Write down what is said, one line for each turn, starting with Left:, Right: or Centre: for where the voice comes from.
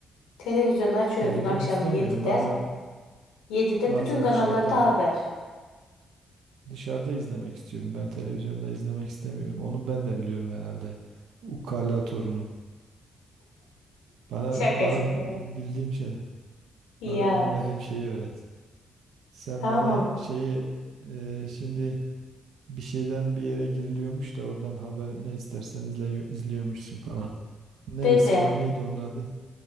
Left: Televizyonu açıyorsun
Right: Televizyon
Left: akşam
Right: istemiyorum.
Left: 7'de.
Right: Bazen
Left: 7'de
Right: bazen
Left: bütün kanallarda
Right: dışarıda ol-
Left: haber.
Right: dışarıda izlemek istiyorum. Ben televizyonda izlemek istemiyorum. Onu ben de biliyorum herhalde. Ukala torunum. Bana
Left: Şaka
Right: bana
Left: şaka.
Right: bildiğim şey,
Left: Ya
Right: bana bilmediğim
Left: üf.
Right: şeyi öğret. Sen
Left: tamam
Right: bana şeyi e, şimdi bir şeyden bir yere giriliyormuş da oradan haber ne istersen izliyor, izliyormuşsun falan. Neresi
Left: dede.
Right: o? Neydi onun adı?